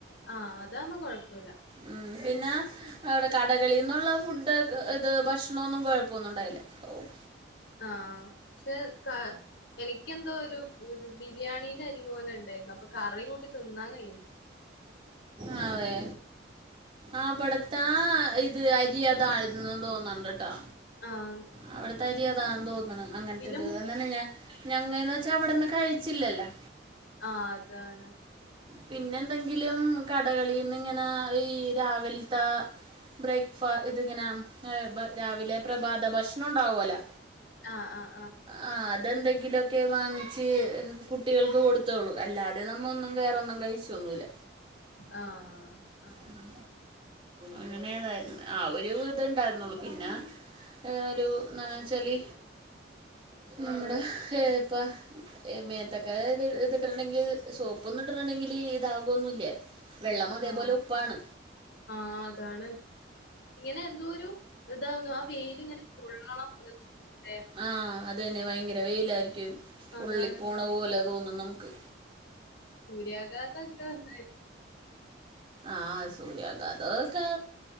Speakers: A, on the left (about 75°); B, on the right (about 30°).
A: ആഹ് അതാവുമ്പോ കുഴപ്പല്ല
B: ഉം പിന്നെ അവിടെ കടകളിന്നുള്ള ഫുഡ് ഇത് ഭക്ഷണമൊന്നും കൊഴപ്പൊന്നും ഉണ്ടായില്ല ഓഹ്
A: ആഹ് പക്ഷെ കാ എനിക്കെന്തോ ഒരു ബിരിയാണീന്റെ അരി പോലെ ണ്ടായിരുന്നു അപ്പൊ കറി കൂട്ടി തിന്നാൻ കഴിയു
B: ആഹ് അതെ ആബടത്താ ഇത് അരി അതായിരുന്നുന്ന് തോന്നണ്ട്ട്ടോ
A: ആഹ്
B: അവിടെ തരി അതാന്ന് തോന്ന്ണ് അങ്ങൻത്തത്
A: പിന്നെ മു
B: എന്നന്നെ ഞാൻ ഞങ്ങന്ന് വെച്ചാ വിടെന്ന് കഴിച്ചില്ലല്ലോ
A: ആഹ് അതാണ്
B: പിന്നെന്തെങ്കിലും കടകളിന്ന്ങ്ങനെ ഈ രാവിൽ ത്ത ബ്രേക്ക്ഫ ഇതിങ്ങനെ ഏഹ് രാവിലെ പ്രഭാത ഭക്ഷണം ണ്ടാവോല്ലോ
A: ആഹ് ആഹ്
B: ആഹ് അതെന്തെങ്കിലൊക്കെ വാങ്ങിച്ച് കുട്ടികൾക്ക് കൊടുത്തോളൂ അല്ലാതെ നമ്മ ഒന്നും വേറെന്നും കഴിച്ചൊന്നുല്ല
A: ആഹ് അങ്ങനെ
B: ഉം. അങ്ങനേയതായിരുന്ന്. ആഹ് ഒരു ഇതേ ഇണ്ടായിരുന്നുള്ളു. പിന്നെ ഏഹ്
A: ഉം
B: ഒരു എന്താന്ന് വെച്ചാല്
A: ഹ്
B: നമ്മടെ ഹ് ഇപ്പ മേത്തക്ക
A: ഉം ഉം
B: ഇത് ഇതിട്ടുണ്ടെങ്കിൽ സോപ്പൊന്നും ഇട്ട് ണ്ടെങ്കില് ഇതാകൊന്നുല്ല. വെള്ളം അതേപോലെ
A: ആഹ്
B: ഉപ്പാണ്.
A: ആഹ് അതാണ് ഇങ്ങനെ എന്തോ ഒരു ഇതാവുന്നു. ആ വെയിലിങ്ങനെ പൊള്ളണം പോലെ തോന്നും ല്ലേ
B: ആഹ് അതന്നെ. വയങ്കര വെയിലായിരിക്കും. പൊള്ളി
A: അതാണ്
B: പോണ പോലെ തോന്നും നമുക്ക്.
A: സൂര്യാഘാത <unintelligible>
B: ആഹ് സൂര്യാഘാതൊക്കെ